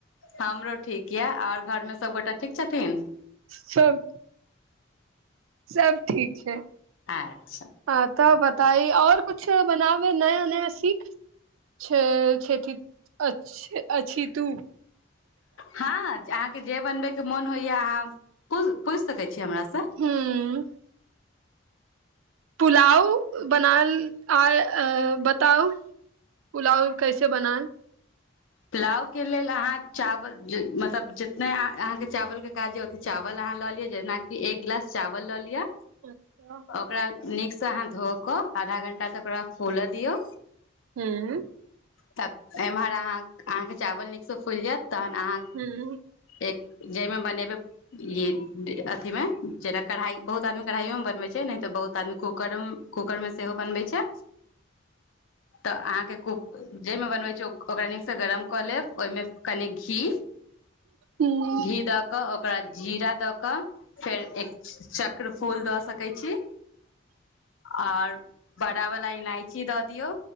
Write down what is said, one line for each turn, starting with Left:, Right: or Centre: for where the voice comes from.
Left: हमरो ठीक यऽ आओर घरमे सबगोटा छथिन <inaudible>
Right: सब सब ठीक छै
Left: अच्छा
Right: ह तऽ बताइ आऔर कुछु बनाबै नया नया सीख छ अछी ठीक अछि तू
Left: हँ अहाँके जे बनबे के मन होइया अहाँ पूछि सकै छि हमरासँ
Right: ह पुलाव बनाल आ अ बताउ पुलाव कैसे बनाए
Left: पुलाव के लेल अहाँ चावल मतलब जितने अहाँके चावल के काज य ओते चावल अहाँ लऽ लिअ जेनाकि एक गिलास चावल लऽ लिअ
Right: अच्छा
Left: ओकरा नीकसँ अहाँ धो कऽ आधा घंटा तक ओकरा फुल दियौ
Right: हूँ
Left: त एमहर अह अहाँके चावल नीकसँ फुलि जायत तहन अहाँ
Right: हूँ
Left: एक जाहिमे बनेबै ई अथी मे जेना कढ़ाइ बहुत आदमी कढ़ाइयो मे बनबै छै नहि तऽ बहुत आदमी कूकर कूकर मे सेहो बनबै छै तऽ अहाँके क जाहिमे बनबै छीयै ओकरा नीकसँ गरम कऽ लेब ओहिमे कनी घी
Right: हूँ
Left: घी द क ओकरा जीरा द क फेर एक चक्र फूल दऽ सकैत छी आऔर बड़ा वला इलायची दऽ दियौ